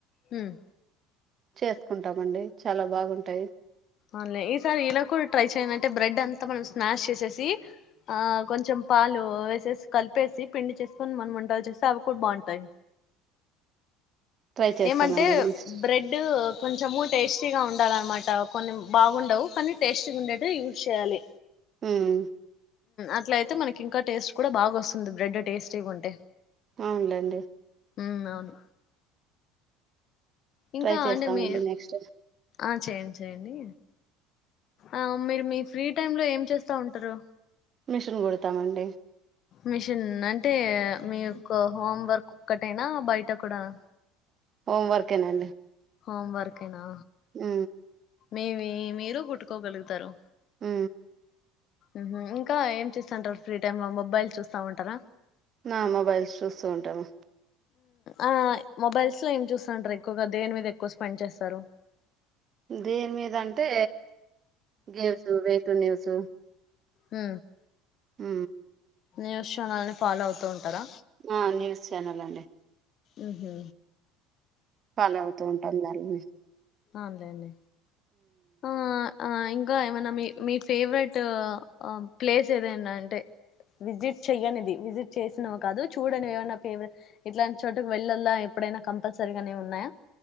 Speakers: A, on the left; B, on the right.
A: హ్మ్
B: చేసుకుంటామండి చాలా బాగుంటాయి
A: అలే ఈసారి ఇలా కూడా ట్రై చేయడింటే బ్రెడ్ అంతా మనం స్నాష్ చేసేసి ఆ కొంచెం పాలు వేసేసి కలిపేసి పిండి చేసుకొని మనం వంటలు చేస్తే అవి కూడా బాగుంటాయి
B: ట్రై చేస్తామండి
A: ఏమంటే
B: నెక్స్ట్
A: బ్రెడ్ కొంచము టేస్ట్ టేస్ట్ గా ఉండాలన్నమాట కొన్ని బాగుండవు కానీ టేస్ట్గా ఉండేట్టు యూజ్ చేయాలి
B: ఉమ్
A: అట్ల అయితే మనకి ఇంకా టేస్ట్ కూడా బాగా వస్తుంది బ్రెడ్ టేస్టీగా ఉంటే
B: అవునులేండి
A: ఉ అవును ఇంకా
B: ట్రై చేస్తామండి
A: అంటే మీ
B: నెక్స్ట్
A: ఆ చేయండి చేయండి ఆ మీరు మీ ఫ్రీ టైమ్ లో ఏం చేస్తా ఉంటారు
B: మిషన్ కొడతామండి
A: మిషన్ అంటే మీకు హోమ్ వర్క్ ఒక్కటేనా బయట కూడానా
B: హోం వర్క్ ఏ నండి
A: హోమ్ వర్క్ ఏనా
B: ఉ
A: మీవి మీరు కుట్టుకోగలుగుతారు
B: ఉ
A: ఉహు ఇంకా ఏం చేస్తాంటారు ఫ్రీ టైమ్ లో మొబైల్ చూస్తా ఉంటారా
B: నా మొబైల్స్ చూస్తూ ఉంటాము
A: ఆ మొబైల్స్ లో ఏం చూస్తాంటారు ఎక్కువగా దేని మీద ఎక్కువ స్పెండ్ చేస్తారు
B: దేని మీద అంటే గేమ్స్ వే టు న్యూస్
A: ఉ
B: ఉ
A: న్యూస్ ఛానల్ని ఫాలో అవుతూ ఉంటారా
B: ఆ న్యూస్ ఛానల్ అండి
A: ఉహు
B: ఫాలో అవుతూ ఉంటాం జల్ని
A: అవునులెండి ఆ ఆ ఇంకా ఏమైన్నా మీ మీ ఫేవరెట్ ప్లేస్ ఏదైనా అంటే విజిట్ చెయ్యనిది విజిట్ చేసినవి కాదు చూడని ఏమైన్నా ఫవర ఇట్లాంటి చోటుకి వెళ్ళలా ఎప్పుడైనా కంపల్సరీగానే ఉన్నాయా